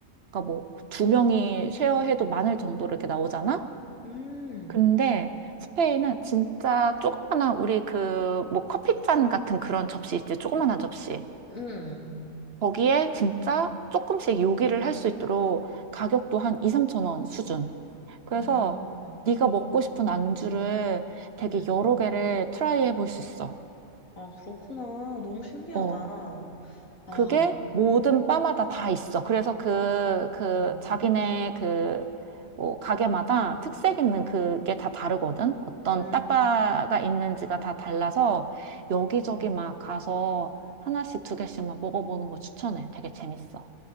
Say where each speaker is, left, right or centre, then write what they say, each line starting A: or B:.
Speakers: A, on the right (about 55°); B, on the left (about 75°).
A: 그러니까 뭐 두 명이 쉐어해도 많을 정도로 이렇게 나오잖아.
B: 음,
A: 근데 스페인은 진짜 조그마한 우리 그 뭐 커피잔 같은 그런 접시 있지 조그마한 접시
B: 음,
A: 거기에 진짜 조금씩 요리를 할 수 있도록 가격도 한 2, 3천 원 수준 그래서
B: 음, 음.
A: 네가 먹고 싶은 안주를 되게
B: 음.
A: 여러 개를 트라이 해볼 수 있어
B: 아, 그렇구나. 너무 신기하다.
A: 어
B: 아,
A: 그게 모든 바마다 다 있어. 그래서 그, 그,
B: 음.
A: 자기네 그, 뭐, 가게마다 특색 있는 그게 다 다르거든? 어떤
B: 음,
A: 따빠가 있는지가 다 달라서 여기저기 막 가서 하나씩 두 개씩 막 먹어보는 거 추천해. 되게 재밌어.